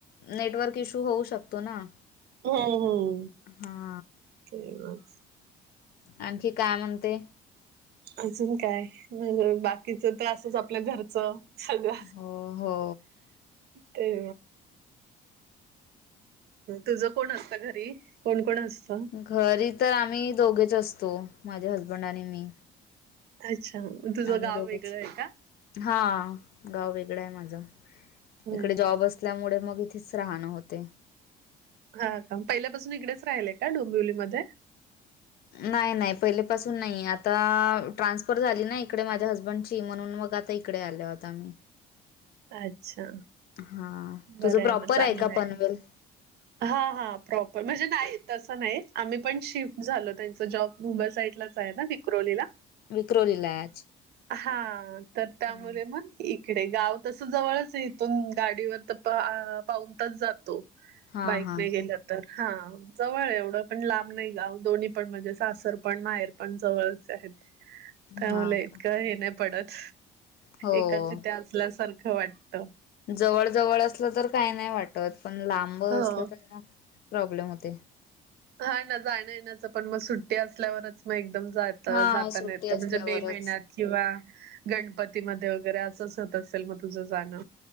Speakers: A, on the left; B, on the right.
A: नेटवर्क इश्यू होऊ शकतो ना
B: हम्म, हम्म
A: हा
B: ते वेगळच
A: आणखी काय म्हणते
B: अजून काय बाकीच तर असच आपल्या घरचं सगळं
A: हो हो.
B: ते तुझं कोण असतं घरी कोण, कोण असतं
A: घरी तर आम्ही दोघेच असतो माझे हसबंड आणि मी
B: अच्छा तुझं
A: आम्ही
B: गाव
A: दोघच
B: वेगळं आहे का?
A: हा गाव इकडं आहे माझं
B: हम्म.
A: इकडे जॉब असल्यामुळे मग इथेच राहणं होते
B: हा का पहिल्यापासून इकडेच राहिलेय का डोंबिवलीमध्ये
A: नाही, नाही पहिलेपासून नाही आता ट्रान्सफर झाली ना इकडे माझ्या हसबंडची म्हणून मग आता इ इकडे आलो आत्ता
B: अच्छा
A: हा
B: बरं
A: तुझं प्रॉपर
B: मग चांगलं
A: आहे का पनवेल
B: हा, हा प्रॉपर म्हणजे नाही तसं नाही आम्ही पण शिफ्ट झालो त्यांच जॉब मुंबई साईड लाच आहे ना विक्रोलीला
A: विक्रोलीला <unintelligible>
B: हा तर त्यामुळे
A: हम्म.
B: मग इकडे गाव तस जवळच इथून गाडीवर अं पाऊन तास जातो
A: हा
B: बाईकने
A: हा
B: गेला तर हा जवळ आहे एवढं पण लांब नाही गाव दोन्ही पण म्हणजे सासर पण माहेर पण जवळच आहेत. त्या
A: हा
B: मुलं इतकं
A: का
B: हे नाही पडत
A: हो.
B: एकाच इथे असल्यासारखं वाटत.
A: जवळ जवळ असलं तर काही नाही वाटत पण लांब असलं
B: हो.
A: तरी मग प्रॉब्लेम होते.
B: हा ना जाण येण्याचं पण मग सुट्टी असल्यावरच मग एकदम जाय त
A: हा
B: जाता
A: सुट्टी
B: नाही येत
A: असल्यावरच.
B: त म्हणजे मे महिन्यात किंवा गणपतीमध्ये वगैरे असंच होत असेल मग तुझं जाणं?